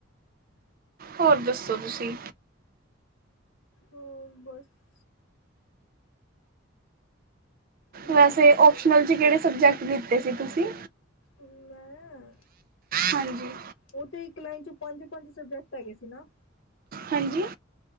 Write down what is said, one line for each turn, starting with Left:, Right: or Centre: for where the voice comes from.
Right: ਹੋਰ, ਦੱਸੋ ਤੁਸੀਂ?
Left: ਹੋਰ ਬਸ ਨੀਂਦ
Right: ਵੈਸੇ, ਓਪਸ਼ਨਲ
Left: ਜੀ ਆ
Right: 'ਚ ਕਿਹੜੇ ਸਬਜੈਕਟ ਲਿੱਤੇ ਸੀ, ਤੁਸੀਂ?
Left: ਮੈਂ
Right: ਹਾਂਜੀ।
Left: ਉਹ ਤੇ ਇੱਕ ਲਾਈਨ 'ਚ ਪੰਜ, ਪੰਜ ਸਬਜੈਕਟ ਹੈਗੇ ਸੀ ਨਾ।
Right: ਹਾਂਜੀ?